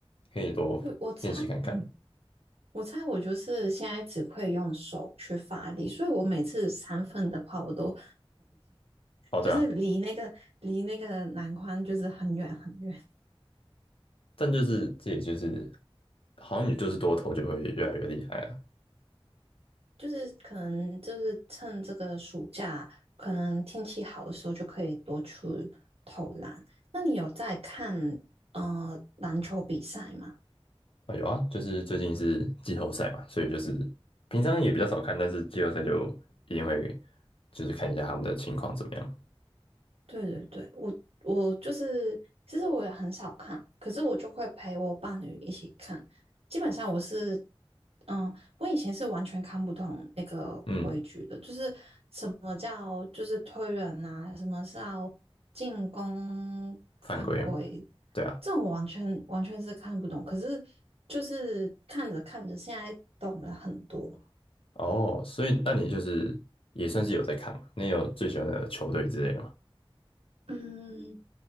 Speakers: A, on the left (about 65°); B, on the right (about 80°).
A: 可以多练习看看。
B: 对，我猜，嗯，我猜我就是现在只会用手去发力，所以我每次三分的话，我都
A: 哦，对啊，
B: 就是离那个离那个篮筐就是很远很远。
A: 但就是这也就是好像也就是多头就会越来越厉害啊
B: 就是可能就是趁这个暑假，可能天气好的时候就可以多去投篮。那你有在看呃篮球比赛吗？
A: 啊有啊，就是最近是季后赛嘛，所以就是平常也比较少看，但是季后赛就一定会就是看一下他们的情况怎么样。
B: 对对对，我我就是，其实我也很少看，可是我就会陪我伴侣一起看。基本上我是，嗯，我以前是完全看不懂那个规矩的，
A: 嗯，
B: 就是什么叫就是推人啊，什么是要进攻犯规，
A: 犯规嘛对啊。
B: 这种我完全完全是看不懂。可是就是看着看着，现在懂了很多。
A: 哦，所以那你就是也算是有在看嘛？你有最喜欢的球队之类的吗？
B: 嗯，